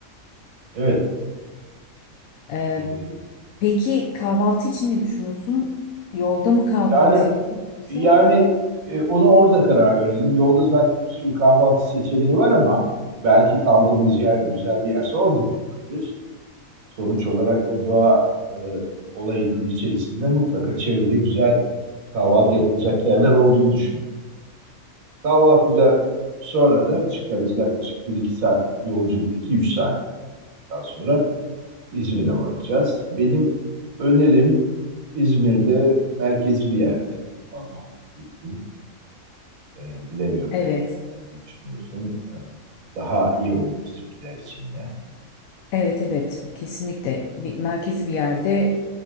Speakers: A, on the right; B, on the left.
A: Evet.
B: Ee,
A: E,
B: peki kahvaltı için ne düşünüyorsun? Yolda mı kahvaltı
A: yani
B: yapıyoruz yoksa?
A: yani e, onu orada karar verelim. Yolda zaten bir sürü kahvaltı seçeneği var ama belki kaldığımız yer güzel bir yerse orada da olabilir. Sonuç olarak o doğa e, olayının içerisinde mutlaka çevrede güzel kahvaltı yapılacak yerler olduğunu düşünüyorum. Kahvaltıda sonra da çıkarız yaklaşık bir iki saatlik bir yolculuk, iki üç saatten sonra İzmir'e varacağız. Benim önerim İzmir'de merkezi bir yerde kalmak ilk gün. E, bilemiyorum
B: Evet.
A: sen ne düşünüyorsun. E, daha iyi olur bizimkiler için de.
B: Evet evet kesinlikle bir, merkezi bir yerde